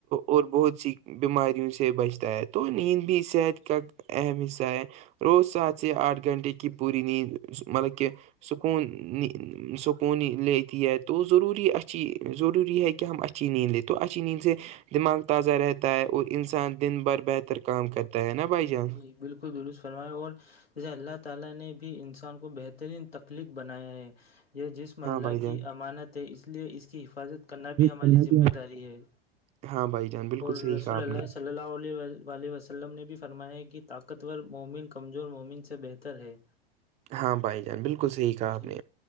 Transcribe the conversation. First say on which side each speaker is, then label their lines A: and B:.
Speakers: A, on the right; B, on the left.
A: اور بہت سی بیماریوں سے بچتا ہے تو نیند بھی صحت کا اہم حصہ ہے روز سات سے آٹھ گھنٹے کی پوری نیند مطلب کہ سکون سکون لیتی ہے تو ضروری اچھی ضروری ہے کہ ہم اچ اچی نیند لے تو اچی نیند سے دماغ تازہ رہتا ہے اور انسان دن بھر بہتر کام کرتا ہے نا بھائی
B: جی
A: جان
B: جی بالکل درست فرماائے اور جیسے اللہ تعال نے بھی انسان کو بہتر بہترین تخلیق بنایا ہے یہ جسم اللہ
A: ہاں بھائی جان
B: کی امانت ہے اس لیے اس کی حفاظت کرنا بھی ہماری
A: کرنا
B: ذمہ
A: بھی ہم-
B: داری ہے
A: <unintelligible> بالکل
B: اور
A: صحیح
B: رسول
A: کہا آپ
B: اللہ
A: نے
B: صلی اللہ علیہ وسلم ولم نے بھی فرمایا کہ طاقتور مومن کمزور مومن سے بہتر ہے
A: ہاں بھائی جان بالکل صحیح کہا آپ
B: جی
A: نے